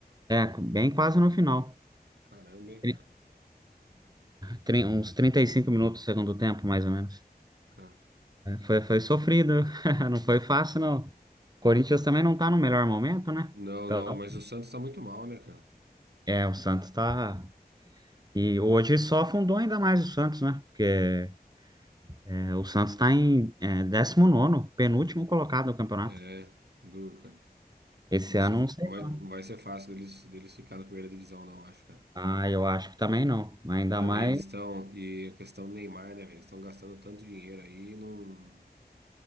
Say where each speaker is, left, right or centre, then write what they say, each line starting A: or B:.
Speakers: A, on the right; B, on the right.
A: é, bem quase no final.
B: Caramba, hein,
A: Tri-
B: cara.
A: tri- uns 35 minutos do segundo tempo, mais ou menos.
B: Ah.
A: Foi, foi sofrido, <laughs> não foi fácil, não. O Corinthians também não tá no melhor momento, né?
B: Não,
A: Então,
B: não, mas o Santos tá muito mal, né, cara?
A: é, o Santos tá. E hoje só afundou ainda mais o Santos, né? Porque é, o Santos tá em é, 19º, penúltimo colocado no campeonato.
B: É, duro, cara.
A: Esse
B: Não vai
A: ano,
B: ser,
A: não sei.
B: não vai,
A: não.
B: não vai ser fácil deles, deles ficar na primeira divisão, não, acho, cara.
A: Ah, eu acho que também não. Ainda
B: Mano,
A: mais.
B: e eles estão. E a questão do Neymar, né, velho? Eles estão gastando tanto dinheiro aí e não.